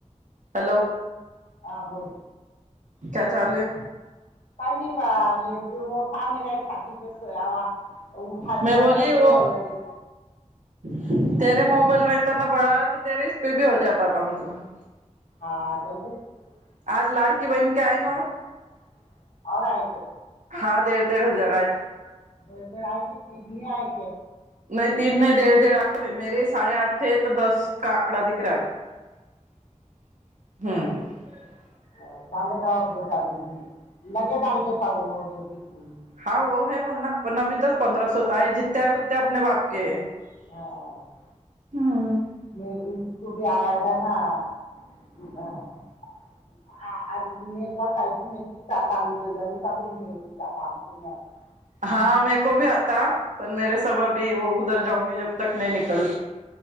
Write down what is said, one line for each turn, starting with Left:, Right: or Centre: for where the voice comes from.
Right: हॅलो!
Left: हा बोल
Right: क्या चाल हे
Left: काही नाही बा लेट हो था मेरा एक साथी आवा उठा
Right: मैं
Left: दयाताय
Right: बोली वो
Left: येव लय
Right: <unintelligible> <unintelligible>
Left: <unintelligible>
Right: <unintelligible>
Left: <unintelligible>
Right: हाँ डेढ़ डेढ़ हजार आए
Left: <unintelligible>
Right: <unintelligible>
Left: <unintelligible>
Right: <unintelligible>
Left: में हाँ <unintelligible> <unintelligible>
Right: हाँ मेरे को भी आता पर मेरे सब अभी वो उधर जाऊंगी जब तक नहीं निकल